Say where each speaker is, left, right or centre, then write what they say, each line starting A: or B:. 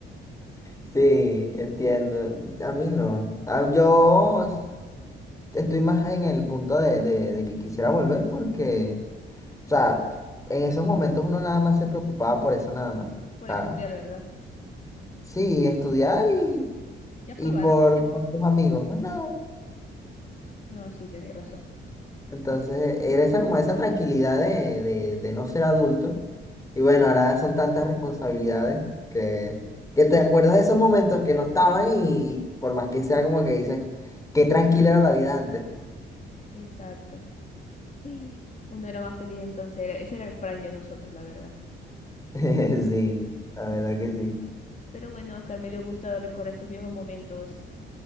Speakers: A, on the left; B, on the left.
A: Sí, entiendo. A mí no. Ah, Yo estoy más en el punto de, de- de que quisiera volver porque, o sea, en esos momentos uno nada más se preocupaba por eso nada más. O
B: Por
A: sea,
B: estudiar, ¿verdad?
A: sí, estudiar y,
B: Y a
A: y
B: probar.
A: por, por tus amigos, más nada.
B: No, sí, tenéis razón.
A: Entonces, era esa como esa tranquilidad de, de, de no ser adulto. Y bueno, ahora son tantas responsabilidades que, que te acuerdas de esos momentos que no estaban y por más que sea como que dices, qué tranquila era la vida antes.
B: Exacto. y Uno era más feliz entonces, era- ese era el prime de nosotros, la verdad.
A: <laughs>
B: Mm.
A: Sí, la verdad que sí.
B: Pero bueno, Oscar, me dio gusto recordar estos viejos momentos